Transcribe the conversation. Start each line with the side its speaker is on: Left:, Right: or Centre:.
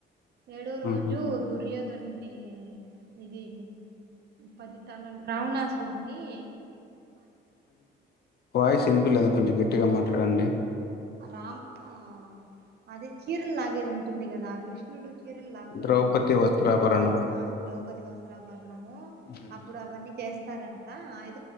Right: ఏడో
Left: హుహు.
Right: రోజు దుర్యోధ డున్ని ఇది పదితల రావణాసుడ్ని
Left: వాయిస్ వినిపియలేదు కొంచం గట్టి గా మాట్లాడండి.
Right: రామ్ ఆ అదే చీరల్లాగేది ఉంటుంది కదా కృష్ణుడు చీరలు లాగుతాడు
Left: 'ద్రౌపది
Right: కదా
Left: వస్త్రాభరణం.'
Right: ఆ ద్రౌపది వస్త్రాభరణము
Left: హ్మ్.
Right: అప్పుడు అవన్నీ చేస్తారంట ఆ అయి